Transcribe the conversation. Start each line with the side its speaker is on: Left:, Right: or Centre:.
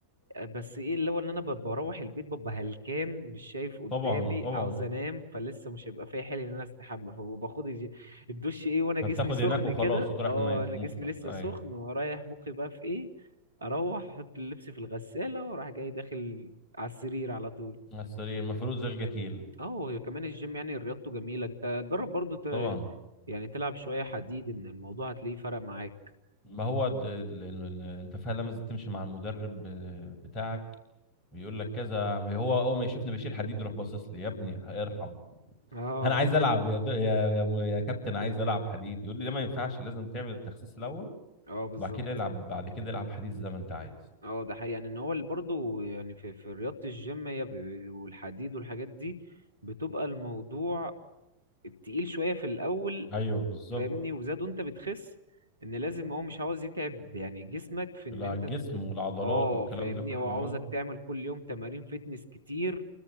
Right: أه، بس ايه اللي هو ان انا ب- بروح البيت ببقى هلكان مش شايف قدامي
Left: طبعا طبعا
Right: عاوز انام فلسه مش هيبقى فيا حيل ان انا استحمى فباخد الج- الدش ايه وانا
Left: فبتاخد
Right: جسمي سخن
Left: هناك وخلاص
Right: كده
Left: وتروح
Right: اه
Left: ما-
Right: انا
Left: مخك
Right: جسمي لسه
Left: ايوه
Right: سخن ورايح مخي بقى في ايه اروح احط اللبس في الغساله واروح جاي داخل على السرير على طول
Left: على السرير المفروض زي القتيل
Right: اه كمان الجيم يعني رياضته جميلة انت جرب برضو ت...
Left: طبعا
Right: يعني تلعب شوية حديد ان الموضوع هتلاقيه فرق معاك
Left: ما هو د- ال... ال... ال... انت فعلا لازم تمشي مع المدرب ب- بتاعك بيقول لك كذا هو اول ما يشوفني بشيل حديد يروح باصص لي يا ابني ارحم
Right: اه
Left: انا عايز
Right: يعني
Left: العب يا دو... يا يا, م- يا كابتن عايز العب حديد يقول لي ده ما ينفعش لازم تعمل التخسيس الاول
Right: اه بالظبط
Left: وبعد كده العب بعد كده العب حديد زي ما انت عايز
Right: اه ده حقيقي يعني ان هو برضه يعني في في رياضة الجيم هي ب- والحديد والحاجات دي بتبقى الموضوع تقيل شوية في الأول
Left: ايوه بالظبط
Right: فاهمني وزادوا انت بتخس ان لازم هو مش عاوز يتعب يعني جسمك في ان
Left: لا
Right: انت
Left: الجسم
Right: ت-
Left: والعضلات
Right: اه
Left: والكلام
Right: فاهمني
Left: ده كله
Right: هو عاوزك
Left: اه
Right: تعمل كل يوم تمارين فتنس كتير